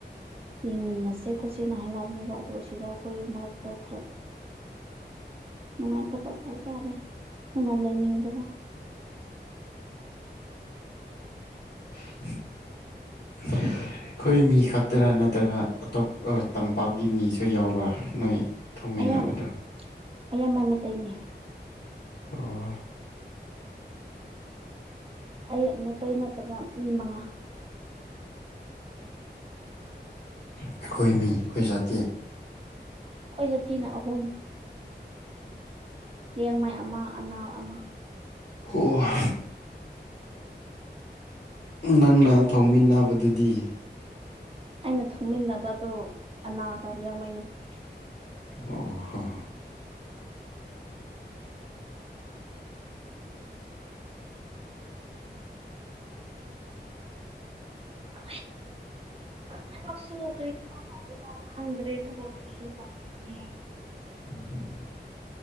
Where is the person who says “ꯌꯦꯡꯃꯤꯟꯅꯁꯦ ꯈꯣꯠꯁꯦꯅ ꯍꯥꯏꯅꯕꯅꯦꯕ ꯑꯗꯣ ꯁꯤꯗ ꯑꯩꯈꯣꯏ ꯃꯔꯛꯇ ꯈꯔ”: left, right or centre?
Right